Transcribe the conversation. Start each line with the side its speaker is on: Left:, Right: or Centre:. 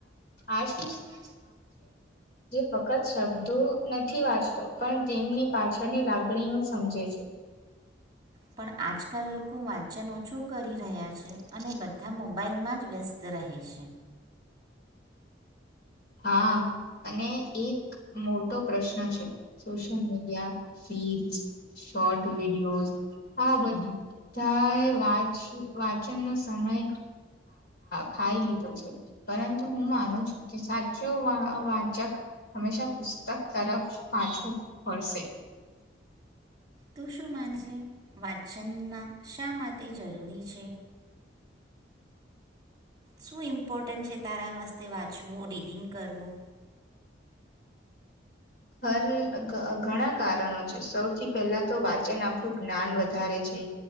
Left: અજ હ
Right: <unintelligible>
Left: ફક્ત શબ્દો નથી વાંચતો પણ તેમની પાછળની લાગણીઓ સમજે છે.
Right: પણ આજ કાલ નું લોકો વાંચન ઓછું કરી રહ્યા છે અને બધા મોબાાઈલમાં જ વ્યસ્ત રહે છે.
Left: હા અને એક મોટો પ્રશ્ન હ છે social media reels, short video આ બધા એ વાચ વાચનનો સમય ખાઈ લીધો છે, પરંતુ હું માનું છું કે સા વાચક હંમેશા પુસ્તક તરફ પાછવું પડશે.
Right: તું શું માને છે વાંચનમાં શા માટે જરૂરી છે? શું ઇમ્પોર્ટન્ટ છે તારા વાસ્તે વાંચવું, રીડિંગ કરવું?
Left: હર ઘ ઘણા કારણો છે. સૌથી પહેલા તો વાચન આપણું જ્ઞાન વધારે છે.